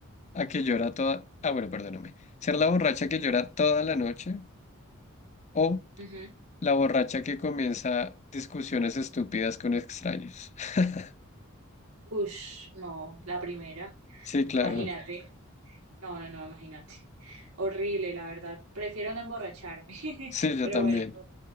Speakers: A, on the left; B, on the right.
A: a que llora toda... Ah, bueno, perdóname. ¿Ser la borracha que llora toda la noche? o
B: Ujú.
A: La borracha que comienza discusiones estúpidas con extraños. <laughs>
B: Ush, no, la primera.
A: Sí, claro.
B: Imagínate. No, no, no, imagínate. Horrible, la verdad. Prefiero no emborracharme. <laughs>
A: Sí, yo
B: Pero
A: también.
B: bueno,